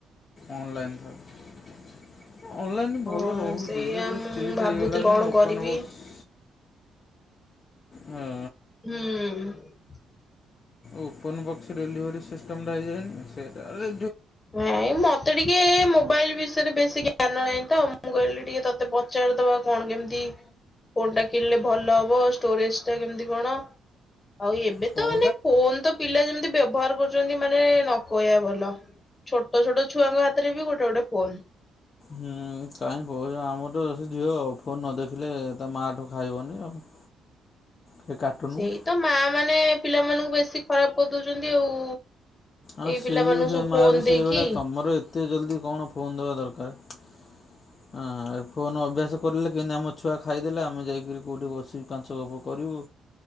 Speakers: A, on the left; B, on the left.
A: ଅନଲାଇନ ଠାରୁ। ଅନଲାଇନ ଭଲ
B: ହଁ
A: ରହୁଛି।
B: ସେଇଆ
A: ଏବେ ଯୋଉ
B: ମୁଁ
A: ଷ୍ଟିଟ୍
B: ଭାବୁଥିଲି
A: ହେଇଗଲାଣିି
B: କଣ
A: ଓପନ
B: କରିବି
A: ବକ୍ସ ହୁଁ।
B: ହୁଁ।
A: ଓପନ ବକ୍ସ, ଡେଲିଭରି ସିଷ୍ଟମ ଟା ହେଇଯାଇନି, ସେଇଟା, ଏ
B: ନାଇଁ ମତେ ଟିକେ, ମୋବାଇଲ୍ ବିଷୟରେ ବେଶୀକି ଜ୍ଞାନ ନାହିଁ ତ। ମୁଁ କହିଲି ଟିକେ ତତେ ପଚାରିଦବା, କଣ କେମିତି ଫୋନ୍ ଟା କିଣିଲେ ଭଲ ହବ। ଷ୍ଟୋରେଜ୍ ଟା କେମିତି କଣ? ଆଉ ଏବେ
A: ହୁଁ
B: ତ ମାନେ ଫୋନ ତ ପିଲା ଯେମିତି ବ୍ୟବହାର କରୁଛନ୍ତି। ମାନେ ନ କହିବା ଭଲ। ଛୋଟ, ଛୋଟ ଛୁଆଙ୍କ ହାତରେ ବି ଗୋଟେ, ଗୋଟେ ଫୋନ୍।
A: ହୁଁ, କାହିଁ କହୁଛ। ଆମର ତ ସେ ଝିଅ ଫୋନ ନ ଦେଖିଲେ ମାଠୁ ଖାଇବନି ଆଉ। ସେ କାର୍ଟୁନ
B: ସେଇ ତ ମା ମାନେ ପିଲାମାନଙ୍କୁ ବେଶୀ ଖରାପ କରିଦଉଛନ୍ତି ଆଉ।
A: ଆଉ
B: ଏଇ
A: ସେ
B: ପିଲାମାନଙ୍କୁ
A: ବି ସେ
B: ସବୁ
A: ମାଆ
B: ଫୋନ
A: ବି ସେଇଭଳିଆ
B: ଦେଇକି
A: ତମର ଏତେ ଜଲ୍ଦିି କଣ ଫୋନ ଦେବା ଦରକାର ଆଁ ଫୋନ ଅଭ୍ୟାସ କରେଲେ, କେମତି ଆମ ଛୁଆ ଖାଇଦେଲେ, ଆମେ ଯାଇକିରି କୋଉଠି ବସି ପାଞ୍ଚ ଗପ କରୁ ବୁ।